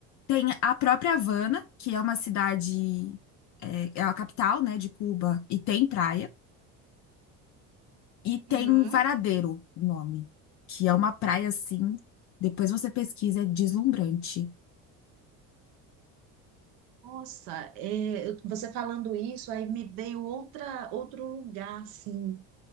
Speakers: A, on the left (about 55°); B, on the right (about 80°).
A: Tem a própria Havana, que é uma cidade, é, é a capital, né, de Cuba, e tem praia. E tem
B: Uhum.
A: um Varadeiro, o nome, que é uma praia assim. Depois você pesquisa, é deslumbrante.
B: Nossa, é, eu- você falando isso, aí me veio outra, outro lugar, assim,